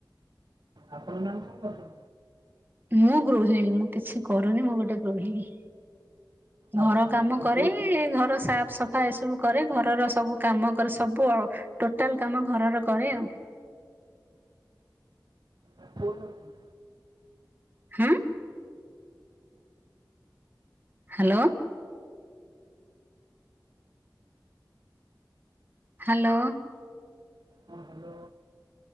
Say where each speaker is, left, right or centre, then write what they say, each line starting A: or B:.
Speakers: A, on the right (about 65°); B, on the right (about 25°).
A: ଆପଣ ମ୍ୟାମ୍ କଣ କରୁଚନ୍ତି?
B: ମୁଁ ଗୃହିଣୀ। ମୁଁ କିଛି କରୁନି? ମୁଁ ଗୋଟେ ଗୃହିଣୀ। ଘର
A: ଆଚ୍ଛା
B: କାମ
A: ମ୍ୟାମ୍ ତ
B: କରେ-ଏ
A: କେଉଁଠି
B: ଘର ସାଫ୍ ସଫ୍ ଫା ଏ ସବୁ କରେ। ଘରର ସବୁ କାମ କରେ, ସବୁ ଅ ଟୋଟାଲ୍ କାମ ଘରର କରେ ଆଉ।
A: ଏ କୋଓଠି ରହୁଚନ୍ତି?
B: ହୁଁ। ହାଲୋଁ। ହ୍ୟାଲୋଁ।
A: ହଁ, ହ୍ୟାଲୋ।